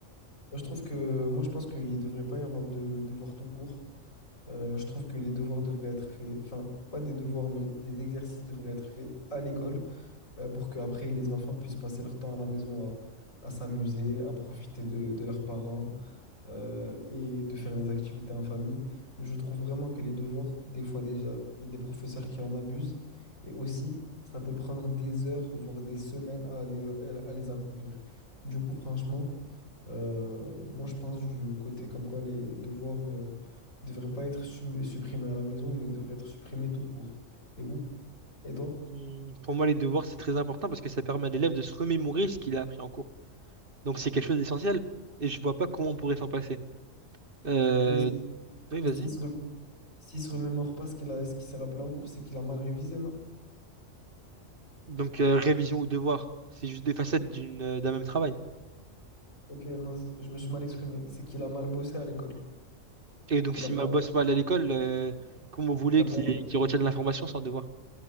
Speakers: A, on the left; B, on the right.
A: Moi, Je trouve que, moi, je pense qu'il devrait pas y avoir de devoirs tout court. Euh, je trouve que les devoirs devraient être faits, enfin, pas des devoirs, mais des exercices devraient être faits à l'école euh, pour que après les enfants puissent passer leur temps à la maison à, à s'amuser, à profiter de, de leurs parents. euh, et de faire des activités en famille. Mais je trouve vraiment que les devoirs, des fois déjà, il y a des professeurs qui en abusent. Et aussi, ça peut prendre des heures, voire des semaines à les, à les accomplir. Du coup, franchement, euh, moi, je pense du côté comme quoi les devoirs ne devraient pas être sum- supprimés à la maison, mais devraient être supprimés tout court. Et vous? Et toi?
B: Hum, Pour moi, les devoirs, c'est très important parce que ça permet à l'élève de se remémorer ce qu'il a appris en cours. Donc, c'est quelque chose d'essentiel et je vois pas comment on pourrait s'en passer. Euh,
A: Mais
B: Oui, vas-y.
A: s'il se, re- s'il se remémore pas ce qu'il a, ce qu'il s'est rappelé en cours, c'est qu'il a mal révisé, non?
B: Donc, euh, révision ou devoir, c'est juste des facettes d'une, euh, d'un même travail.
A: Ok, non, c- je me suis mal exprimé. C'est qu'il a mal bossé à l'école.
B: Et donc,
A: Il
B: si
A: a pas,
B: ma bosse mal à l'école, euh, comment vous voulez
A: il a
B: qu'il
A: pas,
B: qu'il retienne l'information sans devoir?